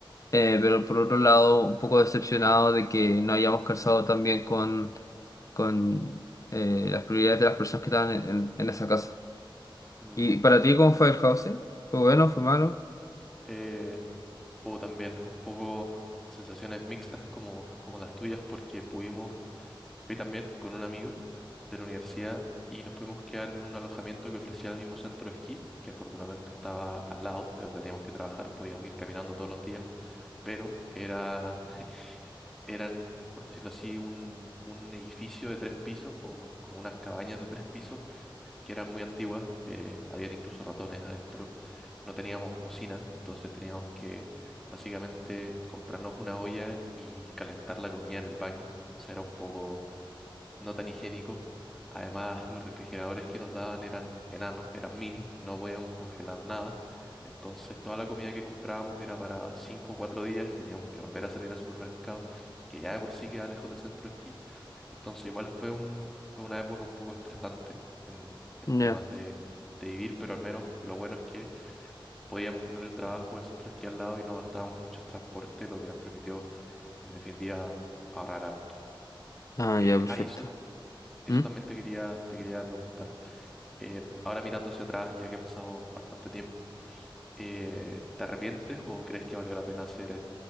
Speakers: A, on the left; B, in the centre.
A: Eh, pero por otro lado, un poco decepcionado de que no hayamos calzado tan bien con, con eh, las prioridades de las personas que estaban en, en- en esa casa.
B: Mm,
A: ¿Y para
B: claro.
A: ti cómo fue el housing? ¿Fue bueno? ¿Fue malo?
B: Eh, O también un poco sensaciones mixtas como, como las tuyas, porque pudimos, fui también con un amigo de la universidad y nos pudimos quedar en un alojamiento que ofrecía el mismo centro de esquí, que afortunadamente estaba al lado de donde teníamos que trabajar, podíamos ir caminando todos los días, pero era, <laughs> eran, por decirlo así, un, un edificio de tres pisos o como unas cabañas de tres pisos que eran muy antiguas, eh, habían incluso ratones adentro, no teníamos cocina, entonces teníamos que básicamente comprarnos una olla y calentar la comida en el baño, entonces era un poco no tan higiénico. Además, los refrigeradores que nos daban eran enanos, eran mini, no podíamos congelar nada. Entonces, toda la comida que comprábamos era para 5 o 4 días y teníamos que volver a salir al supermercado, que ya de por sí queda lejos del centro de esquí. Entonces igual fue un, fue una época un poco estresante en, en
A: Ya,
B: temas de, de vivir, pero al menos lo bueno es que podíamos tener el trabajo, el centro de esquí al lado y no gastábamos mucho en transporte, lo que nos permitió en definitiva ahorrar harto.
A: Ah,
B: Eh,
A: ya, perfecto.
B: ah, y eso, eso
A: ¿Mm?
B: también te quería, te quería preguntar. Eh, ahora mirando hacia atrás, ya que ha pasado bastante tiempo, eh, ¿te arrepientes o crees que valió la pena hacer e-